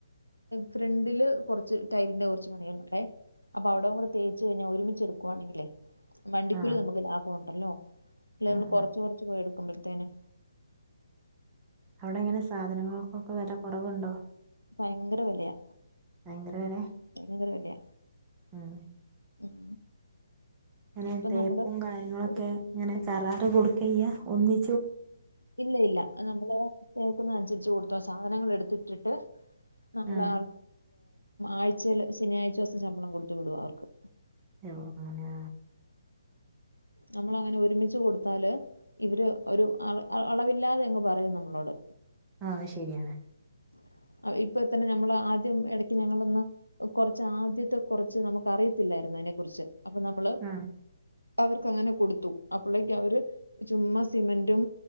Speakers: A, on the left; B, on the right.
A: ഫ്രണ്ടില് കുറച്ച് ടൈലിന്റെ കുറച്ച് പണികളുണ്ടേ അപ്പൊ അവിട കൂടെ തേച്ച് കഴിഞ്ഞാ ഒരുമിച്ച് എടുക്കുവാണെങ്കിലേ വണ്ടിക്കൂലി
B: ആ
A: നമുക്ക് ലാഭമുണ്ടല്ലോ ഇല്ല
B: ആ
A: നമ്മൾ
B: ആ
A: കൊറച്ച് കൊറച്ച് പോയി എടുക്കുമ്പോഴ്‌തെന്
B: അവിടെ എങ്ങനെ സാധനങ്ങൾക്കൊക്കെ വെല കുറവുണ്ടോ
A: ഭയങ്കര വിലയാ
B: ഭയങ്കര വില
A: ഭയങ്കര വിലയാ
B: ഉം
A: ഉം
B: അങ്ങനെ
A: ഇപ്പൊ
B: തേപ്പും
A: നമ്മള്
B: കാര്യങ്ങളൊക്കെ
A: ഒരു
B: ഇങ്ങനെ കരാറ് കൊടുക്കയ്യ ചെയ്യാ ഒന്നി
A: ഇല്ല ഇല്ല നമ്മള് ന്നനുസരിച്ച് കൊടുത്ത് സാധനങ്ങൾ എടുത്തിട്ടിട്ട് നമ്മള്
B: ആ
A: ആൾ ആഴ്ചയില് ശനിയാഴ്ച ദിവസം ശമ്പളം കൊടുത്ത് വിടുവാ അവർക്ക്
B: ങ്ങന
A: നമ്മള് അങ്ങനെ ഒരുമിച്ച് കൊടുത്താല് ഇവര് ഒരു അളവില്ലാതെ എങ്ങ് പറയും നമ്മളോട്
B: ആ ശരിയാണ്
A: <inaudible> ഇപ്പ തന്നെ നമ്മൾ ആദ്യം ഇടക്ക് ഞങ്ങളൊന്ന് കുറച്ച് ആദ്യത്തെ കുറച്ച് നമുക്ക് അറിയത്തില്ലായിരുന്നു അതിനെ കുറിച്ച് അപ്പൊ നമ്മള്
B: ആ
A: അവർക്ക് അങ്ങനെ കൊടുത്തു അപ്പളേക്ക് അവര് ചുമ സിമന്റും